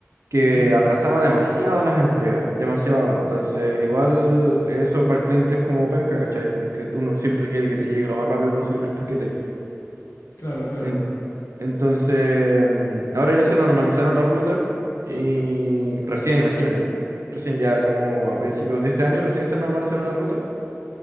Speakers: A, on the right; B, on the left.
A: que
B: Sí,
A: atrasaba demasiado las entregas, demasiado. Entonces, igual eso para el cliente es como penca, ¿cachai? Porque tú no siempre quieres que te llegue lo más rápido posible el paquete.
B: claro, claro.
A: En- entonces, mm, ahora ya se normalizaron las rutas y recién, imagínate, recién ya como a principios de este año, recién se normalizaron las rutas